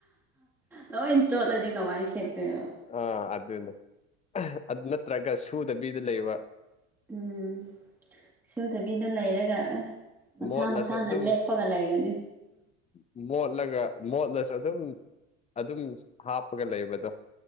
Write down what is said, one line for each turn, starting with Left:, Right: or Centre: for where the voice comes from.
Centre: ꯂꯣꯏ ꯆꯣꯠꯂꯗꯤ ꯀꯃꯥꯏ ꯁꯦꯠꯇꯣꯏ <unintelligible>
Left: ꯑꯥ ꯑꯗꯨꯅꯦ ꯑꯗꯨ ꯅꯠꯇ꯭ꯔꯒ ꯁꯨꯗꯕꯤꯗ ꯂꯩꯕ꯫
Centre: ꯎꯝ ꯁꯨꯗꯕꯤꯗ ꯂꯩꯔꯒ ꯑꯁ ꯃꯁꯥ
Left: ꯃꯣꯠꯂꯁꯨ
Centre: ꯃꯁꯥꯅ
Left: ꯑꯗꯨꯝ
Centre: ꯂꯦꯞꯄꯒ ꯂꯩꯒꯅꯤ꯫
Left: ꯃꯣꯠꯂꯒ ꯃꯣꯠꯂꯁꯨ ꯑꯗꯨꯝ ꯑꯗꯨꯝ ꯍꯥꯞꯄꯒ ꯂꯩꯕꯗꯣ